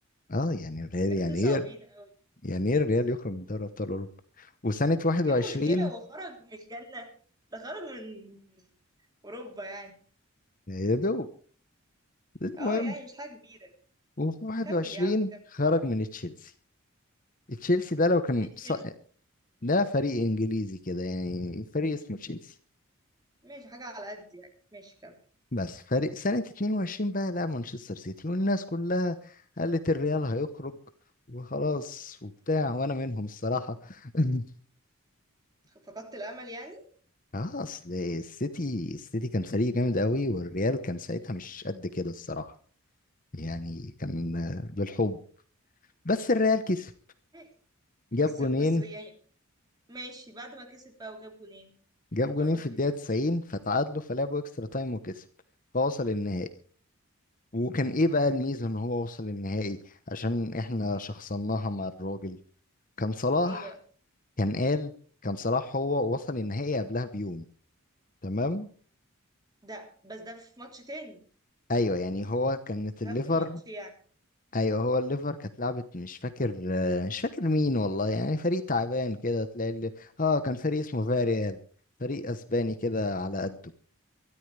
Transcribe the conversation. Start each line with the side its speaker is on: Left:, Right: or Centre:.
Left: اه يعني الريال
Right: بجد
Left: يعني
Right: صعبين
Left: ايه
Right: قوي
Left: يعني ايه الريال يخرج من دوري ابطال اوروبا وسنة 21
Right: ايه المشكلة هو خرج من الجنة ده خرج من اوروبا يعني
Left: يا دوب المهم
Right: اه يعني مش حاجة كبيرة
Left: وفي 21
Right: كمل يا عم كمل
Left: خرج من تشيلسي تشيلسي ده لو كان
Right: ايه تشيلسي
Left: ص...
Right: دي
Left: ده فريق انجليزي كده يعني فريق اسمه تشيلسي
Right: ماشي حاجة على قد يعني ماشي كمل
Left: بس فريق سنة 22 بقى لعب مانشستر سيتي والناس كلها قالت الريال هيخرج وخلاص وبتاع وانا منهم الصراحة <laughs>
Right: فقدت الامل يعني
Left: اه اصل السيتي السيتي كان فريق جامد قوي والريال كان ساعتها مش قد كده الصراحة يعني كان آه، بالحب بس الريال كسب
Right: ماشي.
Left: جاب
Right: بس
Left: جونين
Right: بس يعني ماشي بعد ما كسب بقى وجاب جولين
Left: جاب
Right: انتوا
Left: جونين
Right: عملتوا
Left: في الدقيقة
Right: حاجة
Left: 90 فتعادلوا فلعبوا اكسترا تايم وكسب فوصل النهائي وكان ايه بقى الميزة ان هو وصل النهائي عشان احنا
Right: ايه
Left: شخصناها مع الراجل كان صلاح
Right: ايه بقى
Left: كان قال كان صلاح هو وصل النهائي قبلها بيوم تمام
Right: ده بس ده في ماتش تاني
Left: ايوه يعني هو كانت الليفر
Right: نفس الماتش يعني
Left: ايوه هو الليفر كانت لعبت مش فاكر آه، مش فاكر مين والله يعني فريق تعبان كده تلاقي اللي... اه كان فريق اسمه فاريال فريق اسباني كده على قده